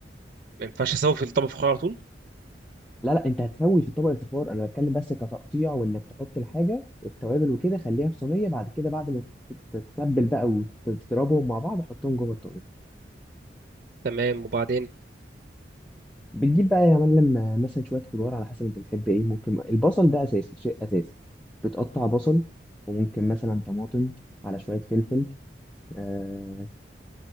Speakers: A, on the right; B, in the centre.
A: ما ينفعش اسوي في الطبق فخار على طول
B: لا لا انت هتسوي في طبق الفخار انا بتكلم بس كتقطيع وانك تحط الحاجه والتوابل وكده خليها في صينيه بعد كده بعد ما تت- تتبل بقى وتضربهم مع بعض حطهم جوه الطاجن
A: تمام وبعدين
B: بتجيب بقى يا معلم آه، مثلا شويه خضار على حسب انت بتحب ايه ممكن البصل ده اساسي شيء اساسي بتقطع بصل وممكن مثلا طماطم على شويه فلفل آه،